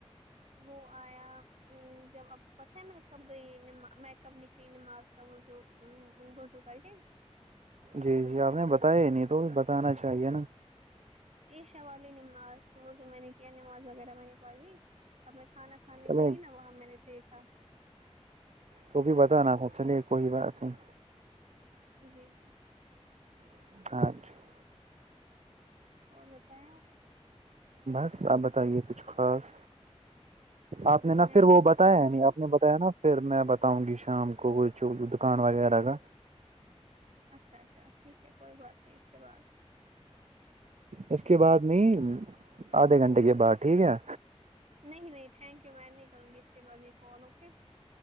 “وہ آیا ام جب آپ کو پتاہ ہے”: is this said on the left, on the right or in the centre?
Right